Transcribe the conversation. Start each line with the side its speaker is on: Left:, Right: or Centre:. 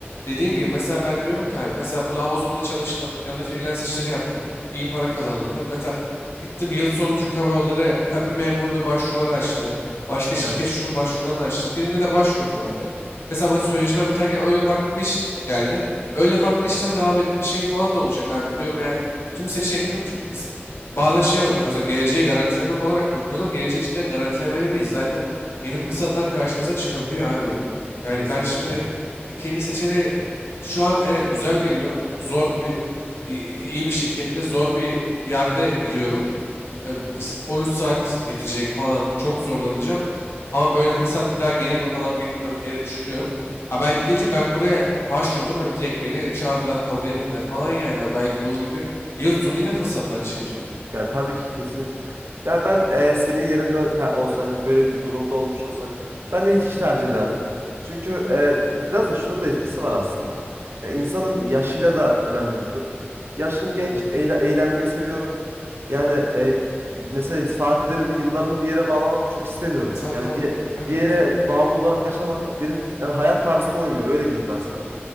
Left: Dediğin gibi mesela ben diyorum ki abi mesela burada Amazon'da çalıştım. Yanında freelance işleri yaptım. İyi para kazandım değil mi? Mesela gittim yıl sonu Türk Hava Yolları kabin memurluğu başvuruları açtı. Başka şirket
Right: Evet,
Left: şunun başvurularını açtı. Birine de başvurdum abi. Mesela burada sözleşmem biterken öyle farklı bir iş geldi. Öyle farklı işten devam etme şeyin falan da olacak abi. Diyorum yani tüm seçeneklerim tü- biz bazen şey oluyor mesela geleceği garantilemek olarak bakıyoruz ama geleceği cidden garantilemeli miyiz? Zaten yeni fırsatlar karşımıza çıkabiliyor abi ya. Yani
Right: kesinlikle.
Left: ben şimdi ikinci seçeneği şu an evet güzel geliyor. Zor bir iyi iyi bir şirkette zor bir yerde giriyorum e,
Right: Hı hı,
Left: iş- 13 saat gidecek falan çok zorlanacağım. Ama böyle fırsat bir daha gelir mi falan bilmiyorum diye de düşünüyorum. Ha belki gelince
Right: hı hı.
Left: ben buraya başvurdum hem direkt beni çağırdılar, kabul ettiler falan yani. Ha Belki bunun gibi yıl sonu yine fırsatlar çıkacak.
Right: Ya tabii ki kesinlikle. Ya ben e, senin yerinde te- olsaydım böyle bir durumda olmuş olsaydım ben ilk işi tercih ederdim. Çünkü e, biraz da şunun da etkisi var aslında. Ya insanın yaşıyla da önemli bir durum. Yaşım
Left: Aynen.
Right: genç, eğle- eğlenmeyi seviyorum. Yani e, mesela saatlerimi, yıllarımı bir yere bağlamak çok istemiyorum.
Left: Tabii
Right: Yani
Left: tabii.
Right: bir
Left: Aynen.
Right: bir yere bağımlı olarak yaşamak benim yani hayat tarzıma uymuyor öyle diyeyim ben sana.